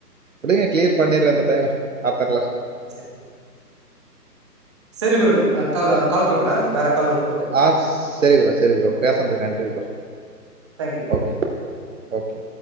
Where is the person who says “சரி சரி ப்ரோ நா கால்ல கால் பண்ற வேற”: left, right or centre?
Right